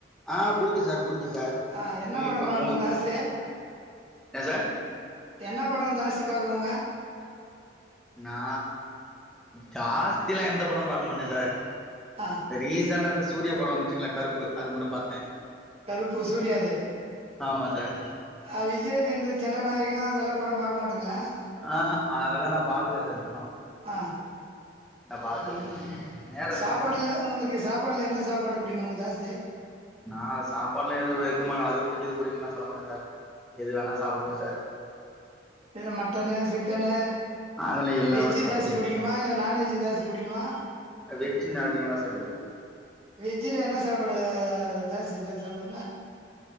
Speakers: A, in the centre; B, on the right.
A: ஆ புடிக்கும் சார் புடிக்கும் சார்
B: ஆ என்ன
A: மூவி
B: படோ
A: பா
B: பாக்குவோ
A: மூவி
B: ஜாஸ்தி
A: என்ன சார்
B: என்ன படோ ஜாஸ்தி பாக்குவீங்க? ஆ
A: நா ஜாஸ்திலா எந்த படம் பாக்க மாட்டே சார்
B: ஆ
A: இந்த ரீசண்டா இந்த சூர்யா படோ வந்துச்சுங்ல கருப்பு அது மட்டு பாத்தே
B: கருப்பு சூர்யாது
A: ஆமா சார்
B: ஆ விஜய்து இந்த ஜனநாயகோ அதல்லா படோ பாக்க மாட்டீங்களா
A: ஆஹா அதெல்லா நா பாக்கல சார் இன்னு
B: ஆ
A: நா பாக்கல
B: உம்
A: நேரோ இருந்தா
B: சாப்பாடுல
A: தானே சார் பாக்க
B: உங்களுக்கு சாப்பாடுல என்ன சாப்பாடு புடிக்கு ஜாஸ் தி
A: நா சாப்பாடுல்லா எதுவு வெறுக்கமாட்டே அது புடிக்கு இது புடிக்குன்லா சொல்லமாட்டே சார் எது வேண்ணா சாப்புடுவே சார்
B: இது மட்டனு சிக்கனு
A: அதுல எல்லாமே
B: வெஜ்ஜு
A: சாப்டுவே
B: ஜாஸ்தி
A: சார்
B: புடிக்குமா இல்ல நான்வெஜ்ஜு ஜாஸ்தி புடிக்குமா
A: வெஜ்ஜுனா அதிகமா தா சார் புடிக்கு
B: வெஜ்ஜுல என்ன சாப்பாடு ஜாஸ்தி எத சாப்டுவீங்க?